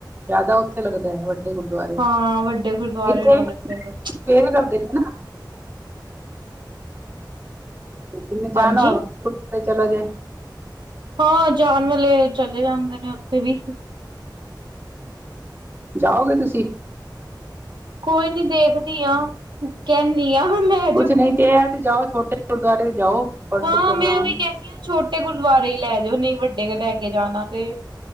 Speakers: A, on the right; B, on the right.
A: ਜਾਦਾ ਓਥੇ ਲੱਗਦਾ ਐ ਵੱਡੇ ਗੁਰ ਦੁਆਰੇ
B: ਹਾਂ ਵੱਡੇ ਗੁਰਦੁਆਰੇ
A: ਇੱਥੇ
B: ਰੌਣਕ
A: <unintelligible>
B: ਮੇਲਾ
A: ਲਗਦੇ ਨਾ। ਜਿਨੇ ਜਾਨਾ
B: ਹਾਂਜੀ।
A: <unintelligible> ਚਲਾ ਜਾਏ।
B: ਹਾਂ ਜਾਨ ਵਾਲੇ ਚਲੇ ਜਾਂਦੇ ਨੇ ਓਥੇ ਵੀ।
A: ਜਾਓਗੇ ਤੁਸੀ।
B: ਕੋਈ ਨੀ ਦੇਖਦੀ ਆਂਂ ਕੈਨੀ ਆਂ ਲੈਜੋ।
A: ਕੁਛ ਨਹੀਂ ਤੇ ਐ ਤੇ ਜਾਓ ਛੋਟੇ ਗੁਰਦੁਆਰੇ ਜਾਓ। ਪਰਸੋਂ
B: ਹਾਂ
A: ਪ੍ਰੋਗਰਾਮ
B: ਮੈਂ ਓਈ ਕੈਨੀ ਆਂ ਛੋਟੇ ਗੁਰਦੁਆਰੇ ਈ ਲੈਜੋ ਨਈ ਵੱਡੇ ਲੈਕੇ ਜਾਨਾ ਤੇ।